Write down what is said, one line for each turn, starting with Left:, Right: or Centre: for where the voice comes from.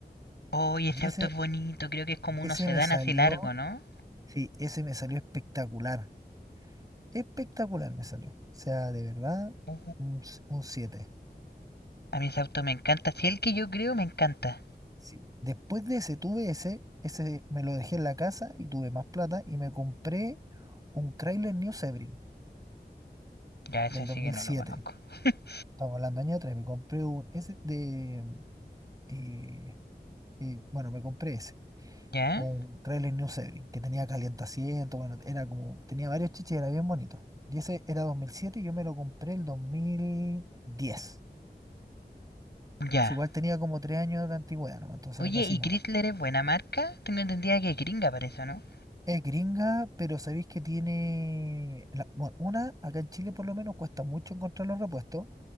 Left: Oye, oh,
Right: Y
Left: ese auto
Right: ese,
Left: es bonito, creo que es como
Right: y
Left: uno
Right: ese
Left: sedán
Right: me salió,
Left: así largo, ¿no?
Right: sí, ese me salió espectacular. Espectacular me salió. O sea, de verdad,
Left: Uh,
Right: un siete
Left: A mí ese auto me encanta, si sí, el que yo creo me encanta.
Right: Sí. Después de ese, tuve ese, ese me lo dejé en la casa y tuve más plata y me compré un Chrysler New Sebring
Left: Ya, ese
Right: del
Left: sí
Right: 2007.
Left: que no lo conozco. <laughs>
Right: Estamos hablando año 3, me compré un, ese de, eh, eh, bueno, me compré ese,
Left: ¿Ya?
Right: un Chrysler New Sebring, que tenía calientaciento, bueno, era como, tenía varios chiches, era bien bonito. Y ese era 2007 y yo me lo compré el 2010.
Left: Ya.
Right: O sea, igual tenía como 3 años de antigüedad, nomás, entonces
Left: Oye,
Right: era casi
Left: ¿y
Right: nuevo.
Left: Chrysler es buena marca? Tengo entendida que es gringa para eso, ¿no?
Right: Es gringa, pero sabéis que tiene. la- bueno, una, acá en Chile por lo menos cuesta mucho encontrar los repuestos.